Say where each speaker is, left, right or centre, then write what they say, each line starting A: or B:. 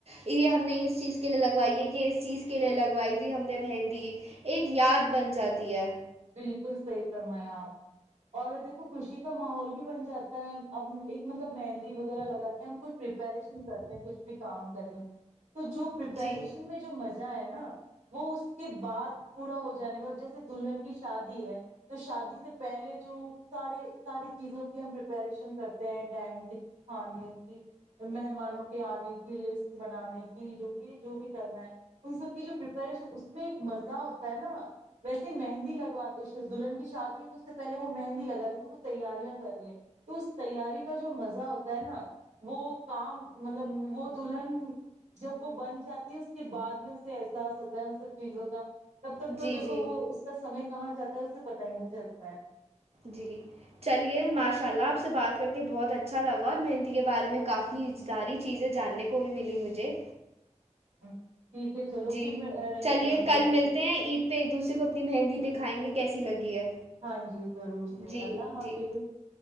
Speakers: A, on the right; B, on the right.
A: یہ ہم نے اس چیز کے لیے لگوائی ہے یہ اس چیز کے لیے لگوائی تھی ہم نے مہندی ایک یاد بن جاتی تی ہے
B: بالکل صحیح فرمایا آپ نے اور دیکھو خوشی کا ماحول بھی بن جاتا ہے اب ایک مطلب مہندی وغیرہ لگاتے ہیں ہم کچھ پپریشن کرتے ہیں کچھ بھی کام کرنے کی تو جو پریپریشن
A: جی
B: میں جو مزہ ہے نا وہ اس کے بعد پورا ہو جانے میں ا جیسے دلہن کی شادی ہے تو شادی سے پہلے جو سارے ساری چیزوں کی ہم پپریشن کرتے ہیں ٹینک کی کھانے کی مہمانوں کے آنے کی لسٹ بنانے کی جو بھی جو بھی کرنا ہے ان سب کی جو پپریشن اس میں ایک مزہ ہوتا ہے نا ویسے مہندی لگ لگواتے دلہن کی شادی ہے تو اس سے پہلے وہ مہندی لگا رہی تھی وہ تیاریاں کر رہی ہیں تو اس تیاری کا جو مزہ ہوتا ہے نا وہ کام مطلب وہ دلہن جب وہ بن جاتی ہے اس کے بعد میں اسے احساس ہوتا ہے ان سب چیزوں کا تب تک
A: جی
B: تو دیکھو
A: جی
B: وہ اس کا سمے کہاں جاتا ہے اسے پتا ہی نہیں چلتا ہے
A: جی جی چلیے ماشاء اللہ آپ سے بات کر کے بہت اچھا لگا اور میں ہندی کے بارے میں کافی اداری چیزیں جاننے کو بھی ملی مجھے
B: ہ ٹھیک ہے چلو
A: جی
B: پھر میں رہی
A: چلیے
B: ہ امی
A: کل ملتے
B: د
A: ہیں عید پہ ایک دوسرے کو اپنی مہندی دکھائیں گے کیسی لگی ہے
B: ہاں جی ضرور سےی
A: جی
B: اللہ حافظ
A: جی